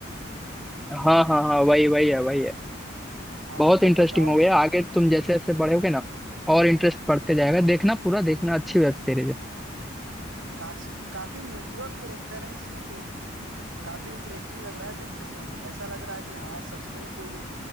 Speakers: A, in the centre; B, on the right.
A: हाँ हाँ हाँ वही वही है वही है
B: हाँ
A: बहुत
B: तो
A: इंटरेस्टिंग
B: बताओ
A: हो
B: यार
A: गया आगे तुम जैसे जैसे बढ़ोगे ना और इंटरेस्ट बढ़ते जाएगा देखना पूरा देखना अच्छी वेब सीरीज है
B: काफी काफी नेचुरल कैरेक्टर है इसमें तो काफी इंटरेस्टिंग लग रहा है देखने में ऐसा लग रहा है कि हाँ सच में ही कोई